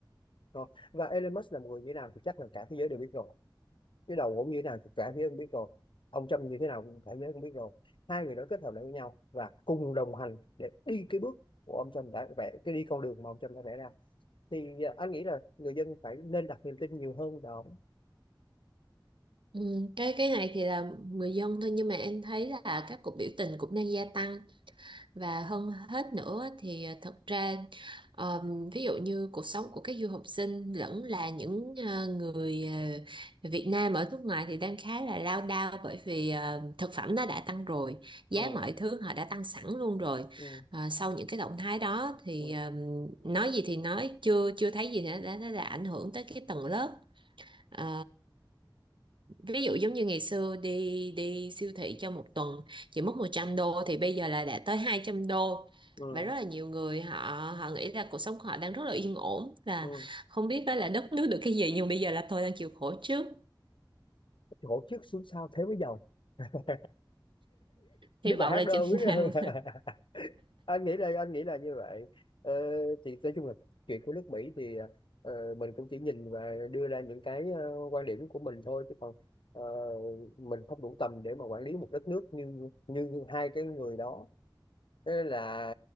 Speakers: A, on the left; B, on the right.
A: Rồi. và Elon Musk là một người như thế nào thì chắc là cả thế giới đều biết rồi chứ đầu cũng như thế nào thì cả phía không biết rồi ông Trump như thế nào cũng cả giới không biết rồi hai người đó kết hợp lại với nhau và cùng đồng hành để đi cái bước của ông Trump đã vẽ cái đi con đường mà ông Trump đã vẽ ra thì à, anh nghĩ là người dân phải nên đặt niềm tin nhiều hơn vào
B: Ừ. cái cái này thì là người dân thôi nhưng mà em thấy là các cuộc biểu tình cũng đang gia tăng và hơn hết nữa thì à, thật ra ờm, ví dụ như cuộc sống của các du học sinh lẫn là những ờ, người ờ, Việt Nam ở nước ngoài thì đang khá là lao đao bởi vì ờ, thực phẩm nó đã tăng rồi giá
A: ừ,
B: mọi thứ họ đã tăng sẵn luôn rồi
A: ừ,
B: Ờ, sau những cái động thái đó thì
A: ừ,
B: ờm, nói gì thì nói chưa chưa thấy gì thì nó đã, đã, đã ảnh hưởng tới cái tầng lớp Ờ, ví dụ giống như ngày xưa đi đi siêu thị cho một tuần chỉ mất một trăm đô thì bây giờ là đã tới hai trăm đô
A: ừ,
B: và rất là nhiều người họ họ nghĩ là cuộc sống của họ đang rất là yên ổn là
A: ừ.
B: không biết đó là đất nước được cái gì nhưng bây giờ là tôi đang chịu khổ trước
A: chỗ trước xuống sau thế mới giàu <laughs> biết
B: hy vọng
A: bài hát
B: là chừng
A: đâu biết
B: nào
A: <laughs> anh nghĩ là anh nghĩ là như vậy ờ, thì nói chung là chuyện của nước Mỹ thì ờ, mình cũng chỉ nhìn và đưa ra những cái ờ, quan điểm của mình thôi chứ còn ờ, mình không đủ tầm để mà quản lý một đất nước như như hai cái người đó thế nên là